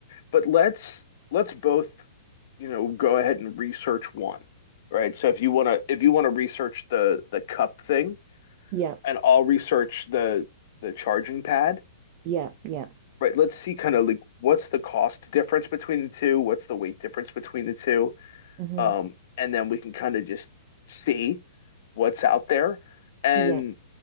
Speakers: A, on the left (about 50°); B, on the right (about 35°).
A: But let's let's both you know, go ahead and research one, right? So if you want to if you want to research the the cup thing
B: Yeah.
A: and I'll research the the charging pad,
B: Yeah. Yeah.
A: right? Let's see kind of like what's the cost difference between the two, what's the weight difference between the two,
B: hmm
A: um, and then we can kind of just see what's out there. And
B: Yeah.